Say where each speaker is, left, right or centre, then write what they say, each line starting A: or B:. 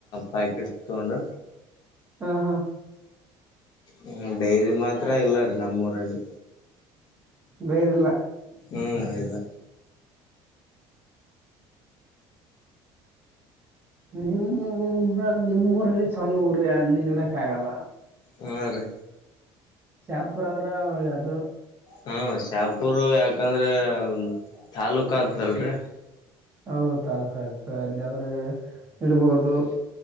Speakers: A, on the left; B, on the right.
A: ಪ್ಯಾಕೆಟ್ ತಗೊಂಡು.
B: ಹಾ ಹಾ.
A: ಹ್ಮ ಡೈರಿ ಮಾತ್ರ ಇಲ್ಲ ರೀ ನಮ್ಮೂರಲ್ಲಿ.
B: ಬೇರಿಲ್ಲ
A: ಹ್ಮ್ ಅದ ಇಲ್ಲ.
B: ನಿಮ್ಮೂ ನಿಮ್ಮೂರಲ್ಲಿ ಸಣ್ಣ ಊರ ಅಲ್ಲಿ ಗಿಡಕ್ ಆಗಲ್ಲ.
A: ಹೂ ರಿ
B: ಶಾಪುರ ಆದ್ರ ಒಳ್ಳೇದು.
A: ಹಾ ಶಾಪುರ್ ಯಾಕಂದ್ರೆ ತಾಲೂಕ ಅತದಲ್ರಿ.
B: ಹೌದು ತಾಲ್ಕು ಆಗ್ತ ಅಲ್ಲಿದ್ರೆ ಇಡ್ಬೋದು.